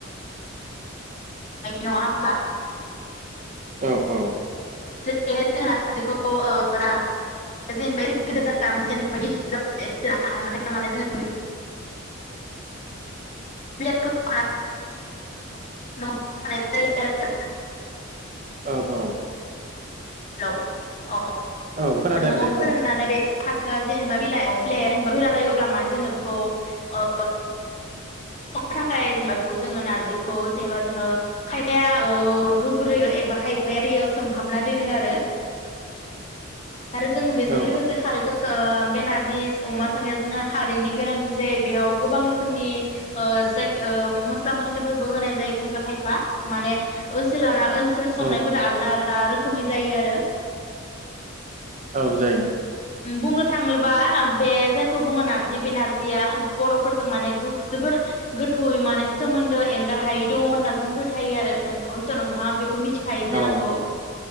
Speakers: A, on the left; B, on the right.
A: नङा होमबा
B: औ औ
A: बेहाय जोंना नारजिखौ ओ रा जेनेबा ऐ गोदोर जा जेनेबा गिदिर जाबोयो एसे हाया बाथाय जोङो बेखौ ला जों <unintelligible> <unintelligible> <unintelligible>
B: औ औ
A: हेल औ सान्दुंआव
B: औ खोनादों दे
A: फोराननानै
B: औ
A: बे फाथोआ जेनेबा बिलाइ बिलाइआ जेनेबा गोरा जायो अब्ला मानो जोङो खौ ओ थाखाय जेनखौ जोङो नारजिखौ जेनेबा जोङो खायफाया ओ रुग्रोयो एबा खायफाया दैयाव सोमहाबना दोनो आरो आरो जोंङो बेजों
B: औ
A: लोगोसे खारैफोर ओ बे नारजि अमा संनाया जोंहा खारैनो गोनांथि जायो बेयाव गोबां रोखोमनि ओ जायि ओ मस्ला मस्लिफोरबो होनाय जायो खायफा खायफा माने ओनसोल लाना ओनसोल संनायफोरा
B: औ
A: आलदा आलदा रोखोमै जायो आरो
B: औ जायो
A: बुंनो थाङोबा बे जायखौ बुङो नारजि बे नारजिया बरफोरजों माने गोख जोबोर गोथौवै माने सोमोन्दो एंगार हायै दङ होनना जों फोथायो आरो हयथ' नोंथाङा बे खौ मिथिखाय जानांगौ
B: औ